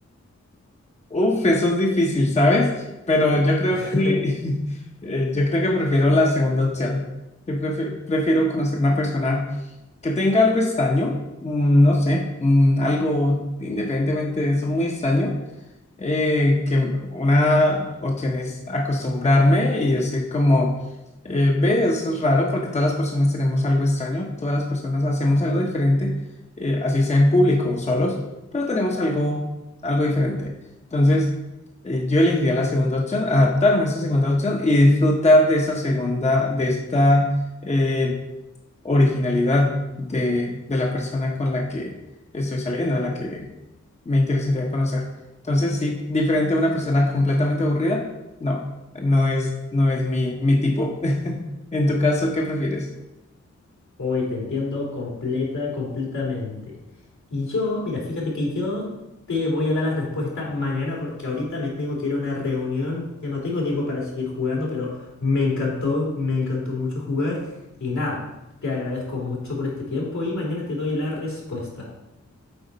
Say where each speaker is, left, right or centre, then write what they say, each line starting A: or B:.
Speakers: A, on the left; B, on the left.
A: Uf, eso es difícil, ¿sabes? Pero yo creo
B: <laughs>
A: que <laughs> eh, yo creo que prefiero la segunda opción. Yo prefi- prefiero conocer una persona que tenga algo extraño, mm, no sé, mm, algo independientemente de eso, muy extraño eh, que una opción es acostumbrarme y decir como, eh, ve, eso es raro porque todas las personas tenemos algo extraño, todas las personas hacemos algo diferente, eh, así sea en público o solos, pero tenemos algo, algo diferente. Entonces, eh, yo elegiría la segunda opción, adaptarme a esa segunda opción y disfrutar de esa segunda, de esta... eh, originalidad de, de la persona con la que estoy saliendo, a la que me interesaría conocer. Entonces, sí, diferente a una persona completamente aburrida, no, no es, no es mi, mi tipo. <laughs> En tu caso, ¿qué prefieres?
B: Hoy te entiendo completa, completamente. Y yo, mira, fíjate que yo te voy a dar la respuesta mañana porque ahorita me tengo que ir a una reunión. Ya no tengo tiempo para seguir jugando, pero me encantó, me encantó mucho jugar. Y nada, te agradezco mucho por este tiempo y mañana te doy la respuesta.